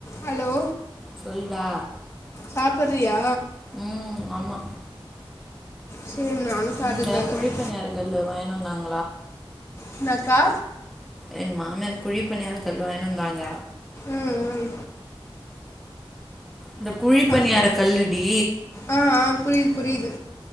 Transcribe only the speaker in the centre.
சொல்லுடா
ம் ஆமா
இந்த குழிப்பணியார கல்லு வாங்கிணு வந்தாங்
எங் மாமியாரு குழிப்பணியாரக்கல்லு வாங்கினு வந்தாங்க
இந்த குழிப்பனியார
கல்லுடி